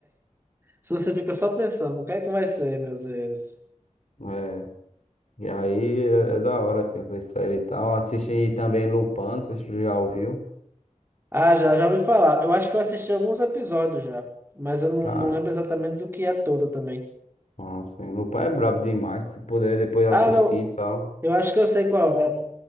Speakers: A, on the right (about 15°); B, on the left (about 60°).
A: Se você fica só pensando, o que é que vai ser, meus Deus?
B: É. E aí é, é da hora, assim, essa série e tal. Assisti também Lupin, não sei se tu já ouviu.
A: Ah, já, já ouvi falar. Eu acho que eu assisti alguns episódios já, mas eu não,
B: Cara,
A: não lembro exatamente do que é toda também.
B: nossa, hein, Lupin é brabo demais. Se puder depois assistir
A: Ah, não.
B: e tal.
A: Eu acho que eu sei qual é.